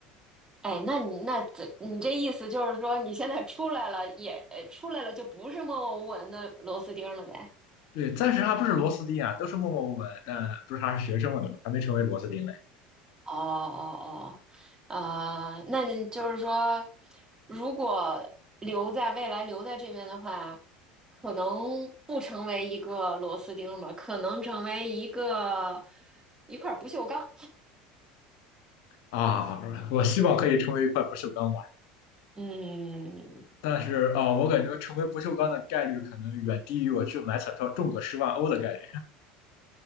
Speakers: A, on the right; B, on the left.
A: 哎，那你那这你这意思就是说，你现在出来了也，呃出来了就不是默默无闻的螺丝钉了呗？
B: 对，暂时还不是螺丝钉啊，都是默默无闻，但不是还是学生嘛，对吧？还没成为螺丝钉嘞。
A: 哦哦哦，呃，那你就是说，如果留在未来留在这边的话，可能不成为一个螺丝钉嘛，可能成为一个一块不锈钢。
B: 啊，我希望可以成为一块不锈钢吧，
A: 嗯。
B: 但是啊、我感觉成为不锈钢的概率可能远低于我去买彩票中个十万欧的概率。